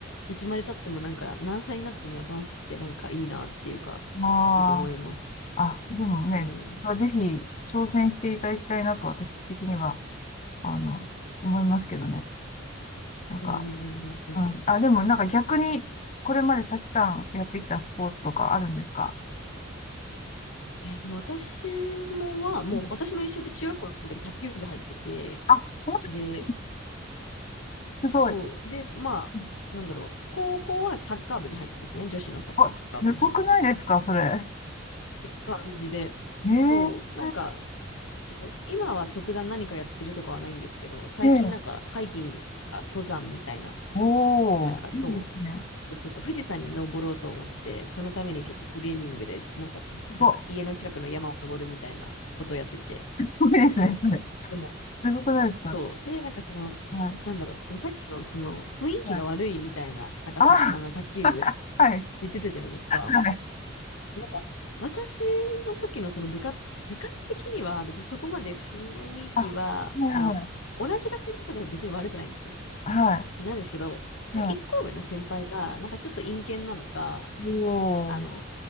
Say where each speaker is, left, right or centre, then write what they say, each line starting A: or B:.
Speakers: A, on the left; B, on the left.
A: いつまで経ってもなんか何歳になってもダンスってなんかいいなっていうか、
B: ま
A: なんか思います。
B: あ、あ、でもね、
A: うん。
B: まあ、ぜひ挑戦していただきたいなと私的には、あの、思いますけどね。なんか、
A: うんうんうんうんうん。
B: うん。あ、でもなんか逆に、これまで幸さんやってきたスポーツとかあるんですか
A: えーでも私もは、もう私も一緒で中学校の時卓球部入ってて、
B: うんあ、本当ですか
A: で、
B: すごい。
A: そう、で、まあ、
B: うん
A: なんだろう、高校はサッカー部に入ってですね、女子のサッカー部に入って、
B: あ、すごくないですかそれ。
A: っ
B: え
A: て感じで、
B: ええ
A: そう、なんか、そう、今は特段何かやってるとかはないんですけど、最近なんかハイキングとか登山みたいな、
B: えええおー、
A: なんかそ
B: いいですね。
A: う、ちょっと富士山に登ろうと思って、そのためにちょっとトレーニングで、なんかち、
B: すご
A: なんか家の近くの山を登るみたいなことをやってて、
B: い、すごいですね、
A: そう。
B: それ。
A: でも、
B: すごくないですか
A: そう。で、なんかその、
B: はい。
A: なんだろう、そのさっきのその雰囲気が悪いみたいな、
B: はい。
A: なんかさ、
B: ああ
A: あの、卓球部
B: <laughs> はい。
A: 言ってたじゃないですか。
B: はい。
A: なんか、私の時のその部活、部活的には別にそこまで雰囲気は、
B: あ、はいはい。
A: あの、同じ学年だったら別に悪くないんですよ。
B: は
A: なんですけど、
B: い。
A: いや一校上の先輩が、
B: は
A: なんかちょっと陰険なのか、
B: い。おー。
A: あの、